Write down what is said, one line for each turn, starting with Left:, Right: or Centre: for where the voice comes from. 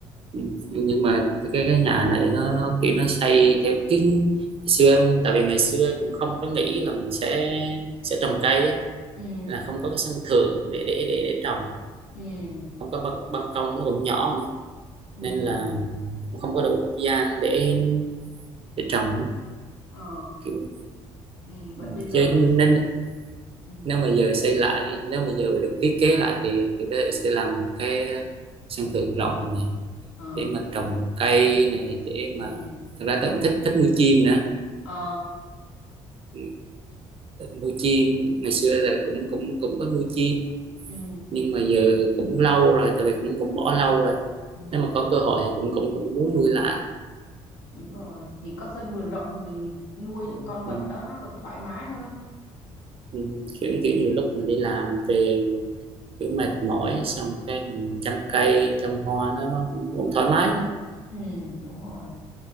Right: Ừ, nhưng mà cái cái nhà này nó nó kiểu nó xây theo kiến ngày xưa em- tại vì ngày xưa cũng không có nghĩ là mình sẽ sẽ trồng cây á
Left: ừ
Right: là không có cái sân thượng để để để để trồng
Left: ừ
Right: không có ban, ban công nó cũng nhỏ nữa
Left: ừ
Right: nên
Left: ừ
Right: là cũng không có đủ không gian để để trồng
Left: ờ
Right: kiểu
Left: ừ,
Right: ừ.
Left: vậy bây giờ mình chỉ
Right: nên
Left: ừ
Right: nếu mà giờ xây lại nếu mà giờ được thiết kế lại thì thì có thể sẽ làm một cái sân thượng rộng này
Left: ờ
Right: để mà trồng cây này để mà
Left: ừ
Right: thật ra tôi cũng thích thích nuôi chim nữa
Left: ờ
Right: Ừ, thích nuôi chim ngày xưa là cũng cũng cũng có nuôi chim
Left: ừ
Right: nhưng mà giờ cũng lâu rồi tại vì cũng cũng bỏ lâu rồi
Left: ừ
Right: nếu mà có cơ hội thì cũng cũng cũng muốn nuôi lại
Left: đúng rồi thì có sân vườn rộng thì mình nuôi những con vật
Right: Ừ.
Left: đó nó được thoải mái hơn
Right: Ừ, kiểu kiểu
Left: ừ,
Right: nhiều lúc mình đi làm về kiểu mệt mỏi xong cái mình chăm cây chăm hoa nó cũng cũng thoải mái
Left: ừ đúng rồi